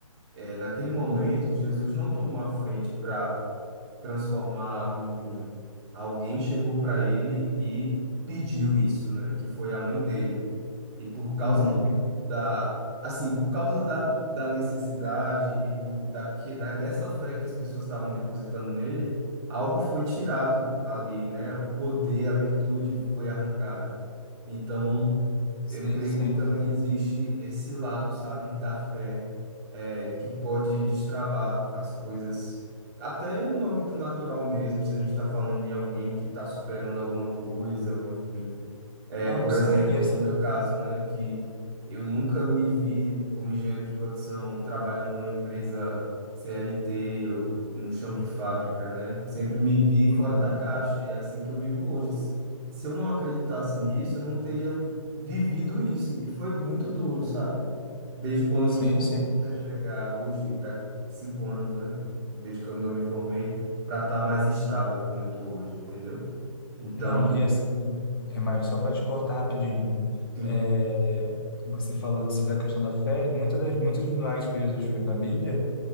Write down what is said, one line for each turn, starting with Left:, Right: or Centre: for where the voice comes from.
Right: É, naquele momento, Jesus não tomou a frente para transformar água em vinho. Alguém chegou para ele e pediu isso, né? Que foi a mãe dele. E por causa
Left: uhum,
Right: do perigo da, assim, por causa da, da necessidade e do da, que- da dessa fé que as pessoas estavam depositando nele, algo foi tirado ali, né? O poder, a virtude foi arrancada. Então, eu
Left: Sim,
Right: creio
Left: sim.
Right: que também existe esse lado, sabe, da fé, é, que pode destravar as coisas, até no âmbito natural mesmo, se a gente está falando em alguém que está superando alguma coisa, ou enfim. É,
Left: Não,
Right: por
Left: sim,
Right: exemplo,
Left: e assim,
Right: no meu caso, né, que eu nunca me vi como engenheiro de produção trabalhando numa empresa CLT, eu, no chão de fábrica, né? Sempre me vi
Left: uhum.
Right: fora da caixa e é assim que eu vivo hoje. Se se eu não acreditasse nisso, eu não teria vivido isso. E foi muito duro, sabe? Desde quando
Left: sim,
Right: eu me formei
Left: sim.
Right: até chegar hoje, dá cinco anos, né? Desde quando eu me formei, para estar mais estável como eu estou hoje, entendeu? Então,
Left: Não, e assim, é, Marcos, só para te cortar rapidinho,
Right: sim,
Left: é, você falou de- sobre a questão da fé, muitas das, muitos dos milagres que Jesus fez na Bíblia